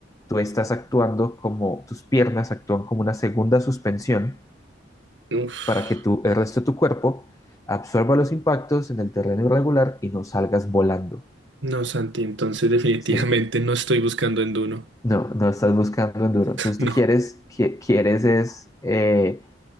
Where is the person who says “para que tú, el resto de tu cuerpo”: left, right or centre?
Left